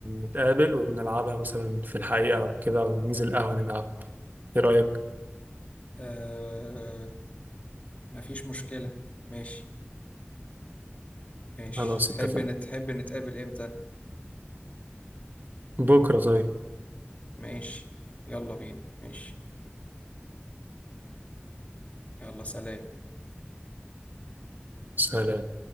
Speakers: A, on the right; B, on the left.
A: نتقابل ونلعبها مثلا في الحقيقة أو كده وننزل قهوة نلعبها إيه رأيك؟
B: آه. مفيش مشكلة ماشي ماشي
A: خلاص
B: تحب
A: اتفقنا
B: نت- تحب نتقابل امتى
A: بكرة طيب
B: ماشي يلا بينا ماشي يلا سلام
A: سلام